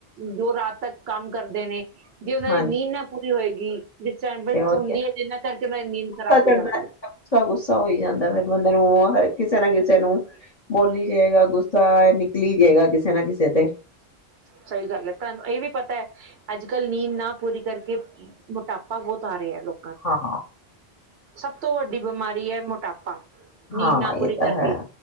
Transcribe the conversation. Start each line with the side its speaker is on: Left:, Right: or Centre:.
Right: ਜੋ ਰਾਤ ਤੱਕ ਕੰਮ ਕਰਦੇ ਨੇ ਜੇ ਉਹਨਾਂ
Left: ਹਾਂਜੀ
Right: ਦੀ ਨੀਂਦ ਨਾ ਪੂਰੀ ਹੋਏਗੀ ਵੀ ਡਿਸਟਰਬੈਂਸ
Left: ਤੇ ਉਹੀ
Right: ਹੁੰਦੀ
Left: ਹੈ
Right: ਐ ਜਿਹਨਾਂ ਕਰਕੇ ਉਹਨਾਂ ਦੀ ਨੀਂਦ ਖਰਾਬ
Left: ਗੁੱਸਾ ਚੜਦਾ
Right: ਹੋ ਜਾਂਦੀ ਹੈ
Left: ਗੁੱਸਾ ਗੁੱਸਾ ਹੋ ਜਾਂਦਾ ਫਿਰ ਬੰਦੇ ਨੂੰ ਕਿਸੇ ਨਾ ਕਿਸੇ ਨੂੰ ਬੋਲੀ ਜਾਏਗਾ ਗੁੱਸਾ ਨਿਕਲੀ ਜਾਏਗਾ ਕਿਸੇ ਨਾ ਕਿਸੇ ਤੇ।
Right: ਸਹੀ ਗੱਲ ਐ ਤੁਹਾਨੂੰ ਇਹ ਵੀ ਪਤਾ ਐ ਅੱਜ ਕੱਲ੍ਹ ਨੀਂਦ ਨਾ ਪੂਰੀ ਕਰਕੇ ਮੋਟਾਪਾ ਬਹੁਤ ਆ ਰਿਹਾ ਲੋਕ
Left: ਹਾਂ,
Right: ਸਭ ਤੋਂ ਵੱਡੀ ਬਿਮਾਰੀ ਐ ਮੋਟਾਪਾ। ਨੀਂਦ
Left: ਹਾਂ
Right: ਨਾ ਪੂਰੀ
Left: ਇਹ
Right: ਕਰਕੇ
Left: ਤਾਂ ਹੈ